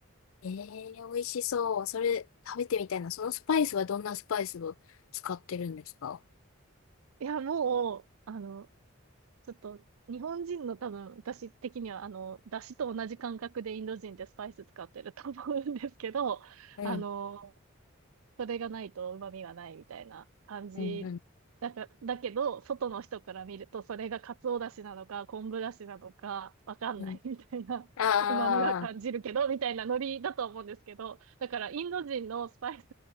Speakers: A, on the left; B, on the right.
A: えー、美味しそう。それ食べてみたいな。そのスパイスはどんなスパイスを使ってるんですか
B: いや、もう、あの、ちょっと、日本人の多分、私的には、あの、だしと同じ感覚でインド人ってスパイス使ってると思うんですけど、
A: うん。
B: あの、それがないと旨味はないみたいな感じだか、
A: うんうん。
B: だけど、外の人から見ると、それが鰹だしなのか、昆布だしなのか、わかんないみたいな、
A: うん。ああ。
B: 旨味は感じるけど、みたいなノリだと思うんですけど、だからインド人のスパイス、